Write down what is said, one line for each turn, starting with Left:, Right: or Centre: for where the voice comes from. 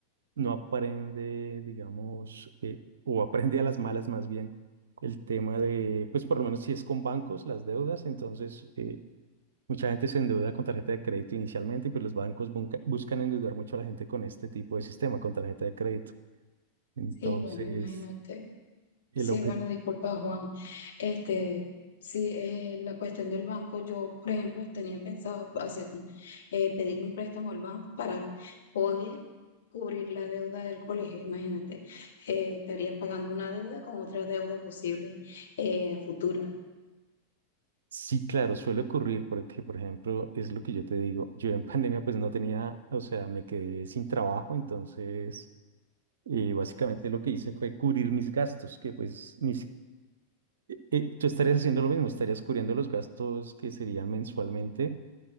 Right: no aprende, digamos, eh, o aprende a las malas más bien el tema de, pues por lo menos si es con bancos, las deudas, entonces eh, mucha gente se endeuda con tarjeta de crédito inicialmente, pero los bancos bunca- buscan endeudar mucho a la gente con este tipo de sistema, con tarjeta de crédito. Entonces...
Left: Sí, bueno, imagínate.
Right: El
Left: Sí,
Right: objetivo
Left: bueno, disculpa, Juan. Este, sí, eh, la cuestión del banco, yo, por ejemplo, tenía pensado hacer, eh, pedirle un préstamo al banco para poder cubrir la deuda del colegio. Imagínate, eh, estaría pagando una deuda con otra deuda posible eh, a futura.
Right: Sí, claro, suele ocurrir porque, por ejemplo, es lo que yo te digo, yo en <laughs> pandemia pues no tenía, o sea, me quedé sin trabajo, entonces eh, básicamente lo que hice fue cubrir mis gastos, que pues mis, eh, eh, tú estarías haciendo lo mismo, estarías cubriendo los gastos que serían mensualmente